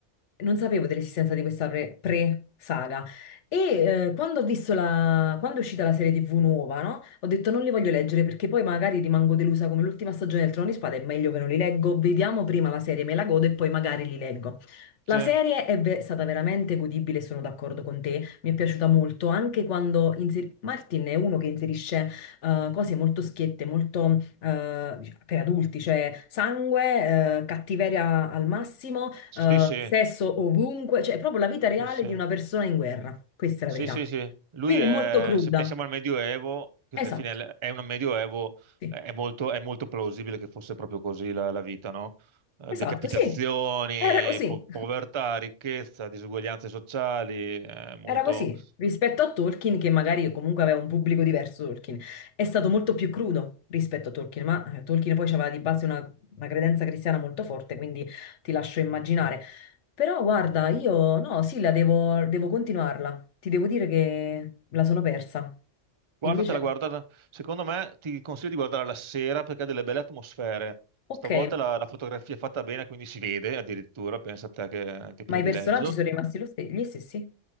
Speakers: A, on the left; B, on the right.
A: non sapevo dell'esistenza di questa pre- pre-saga. E eh, quando ho visto la... quando è uscita la serie TV nuova, no? Ho detto non li voglio leggere perché poi magari rimango delusa come l'ultima stagione del Trono di Spade, è meglio che non li leggo. Vediamo prima la serie, me la godo e poi magari li leggo.
B: Sì,
A: La serie è ve- stata veramente godibile, sono d'accordo con te, mi è piaciuta molto, anche quando inser- Martin è uno che inserisce eh, cose molto schiette, molto eh, dic- per adulti, cioè sangue, eh, cattiveria al massimo,
B: sì,
A: eh,
B: sì,
A: sesso ovunque, cioè è proprio la vita reale
B: sì, sì.
A: di una persona in guerra. Questa è
B: Sì,
A: la verità.
B: sì, sì. Lui
A: Quindi
B: è,
A: è molto cruda.
B: se pensiamo al Medioevo, perché
A: Esatto,
B: alla fine è un Medioevo,
A: sì.
B: è molto, è molto plausibile che fosse proprio così la, la vita, no? Eh,
A: Esatto,
B: Decapitazioni,
A: sì. Era così.
B: po- povertà, ricchezza, disuguaglianze sociali, è molto,
A: Era così, rispetto a Tolkien, che magari comunque aveva un pubblico diverso, Tolkien, è stato molto più crudo rispetto a Tolkien, ma eh, Tolkien poi aveva di base una, una credenza cristiana molto forte, quindi ti lascio immaginare. Però guarda, io no, sì, la devo, devo continuarla, ti devo dire che la sono persa.
B: Guardatela,
A: Invece,
B: guardatela. Secondo me ti consiglio di guardarla la sera perché ha delle belle atmosfere.
A: ok,
B: Stavolta la, la fotografia è fatta bene, quindi si vede addirittura, pensa a te che, che privilegio.
A: ma i personaggi sono rimasti lo ste- gli stessi?